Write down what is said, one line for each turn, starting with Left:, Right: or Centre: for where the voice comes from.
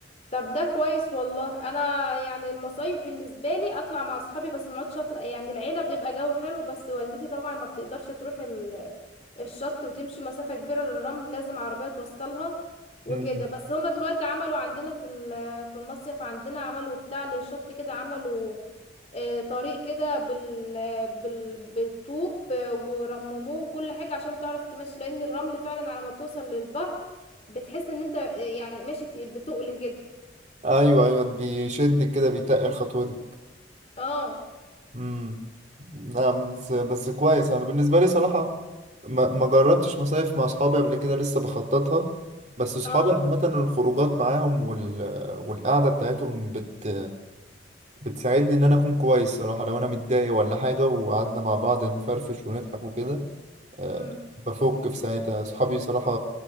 Left: طب ده كويس والله انا يعني المصايف بالنسبه لي اطلع مع اصحابي بس ما اقعدش اطلع يعني العيله بيبقى جو حلو بس والدتي طبعا ما بتقدرش تروح ال- الشط وتمشي مسافه كبيره للرمل لازم عربيه توصلها وكده
Right: مم.
Left: بس هما دلوقتي عملوا عندنا في ال- في المصيف عندنا عملوا بتاع للشط كده عملوا آه، طريق كده بال... بال... بالطوب آه، ورمموه كل حاجة عشان تعرف تمشي لأن الرمل فعلا على ما بتوصل للبحر بتحس ان انت آه، يعني ماشي بتقل كده
Right: ايوه ايوه بيشدك كده بيتقل خطوتك
Left: اه
Right: امم نعم بس بس كويس انا بالنسبه لي صراحه ما ما جربتش مصايف مع اصحابي قبل كده لسه بخططها بس اصحابي
Left: اه
Right: عامه الخروجات معاهم وال... والقعده بتاعتهم بت بتساعدني ان انا اكون كويس صراحه لو انا متضايق ولا حاجه وقعدنا مع بعض نفرفش ونضحك وكده آه،
Left: امم
Right: بفك في ساعتها صحابي صراحه